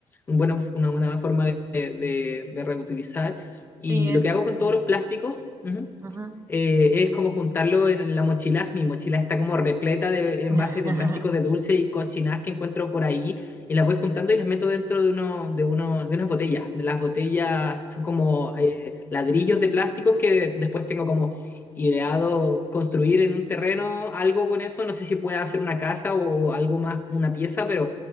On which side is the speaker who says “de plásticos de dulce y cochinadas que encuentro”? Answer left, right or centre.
Left